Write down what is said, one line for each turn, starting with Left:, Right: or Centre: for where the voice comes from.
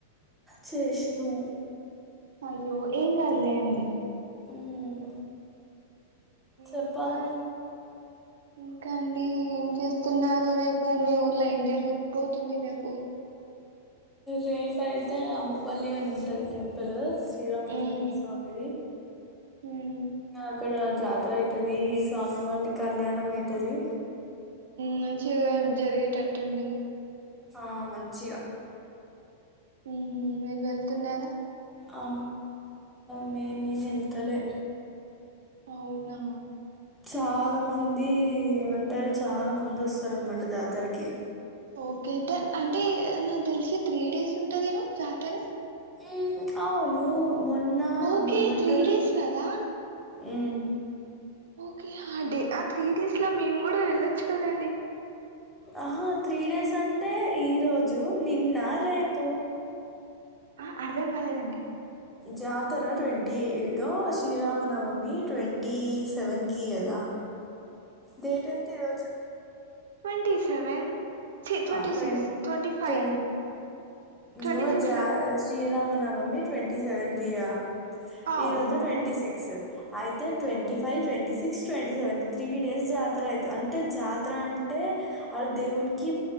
Centre: చేసినవు
Right: అయ్యో ఏం కాదు లే అండి
Centre: మ్మ్. చెప్పాలి
Right: ఇంకా ఇంకా అండి ఏం చేస్తున్నారు రేపు మీ ఊర్లో ఏం జరుగు పోతుంది రేపు
Centre: రేపు అయితే అమ్మపల్లి అని ఉంటది టెంపుల్ శ్రీరామచంద్ర
Right: మ్మ్
Centre: స్వామిది
Right: మ్మ్
Centre: నాకు ఇక్కడ జాతర అయితది స్వామి వాళ్ళ కళ్యాణం అయితది
Right: మంచిగా జరిగేటట్టుంది
Centre: ఆ మంచిగా
Right: ఊహ్మ్ మీరు వెళ్తున్నార
Centre: ఆ మేమే వెళ్తలే
Right: అవునా
Centre: చాలా మంది ఏమంటారు చాలా మంది వస్తారు అనమాట జాతరకి
Right: ఓకే ద అంటే నాకు తెలిసి త్రీ డేస్ ఉంటదేమో జాతర
Centre: ఊమ్ అవును మొన్నా
Right: ఓకే
Centre: మమంటరు
Right: త్రీ డేస్ కదా
Centre: ఉమ్
Right: ఓకే ఆ డే ఆ త్రీ డేస్ లో మేము గూడా ఎళ్ళొచ్చు కదండి
Centre: ఆహా త్రీ డేస్ అంటే ఈ రోజు నిన్న రేపు
Right: ఆ అర్ధం కాలేదండి
Centre: జాతర twenty eight Srirama Navami twenty seven కి గదా
Right: అ <inaudible>
Centre: డేట్ ఎంత ఈ రోజు
Right: ట్వంటీ సెవెన్ చి twenty
Centre: ఆ twenty
Right: six twenty five
Centre: twenty ఇంగో
Right: ట్వంటీ సిక్స్
Centre: జా శ్రీరామ నవమి ట్వంటీ సెవెన్ కి గా
Right: అవును
Centre: ఈ రోజు ట్వంటీ సిక్సు అయితే twenty five twenty six twenty seven three days జాతర ఐతది అంటే జాతర అం టే ఆడ దేవునికి